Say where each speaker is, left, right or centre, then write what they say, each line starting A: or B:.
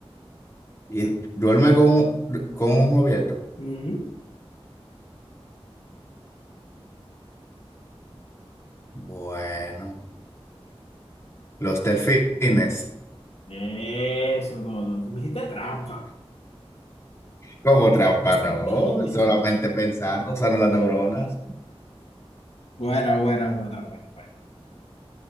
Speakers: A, on the left; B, on the left.
A: Y duerme con un, con un ojo abierto.
B: Ujú.
A: Bueno, los delfines.
B: Eso, no, no, tú me hiciste trampa.
A: Como trampa,
B: <laughs>
A: no. Solamente pensando, usando las neuronas.
B: Buena, buena, buena, buena, buena.